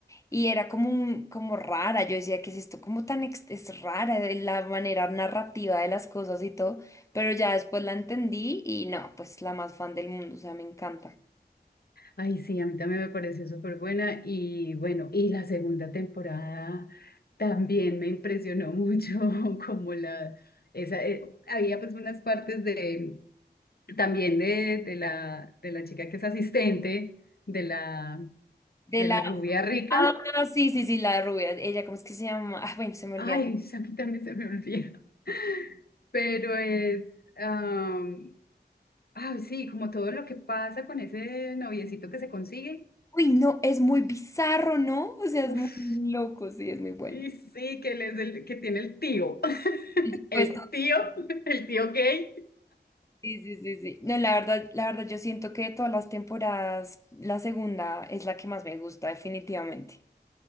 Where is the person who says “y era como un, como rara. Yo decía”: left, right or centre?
Left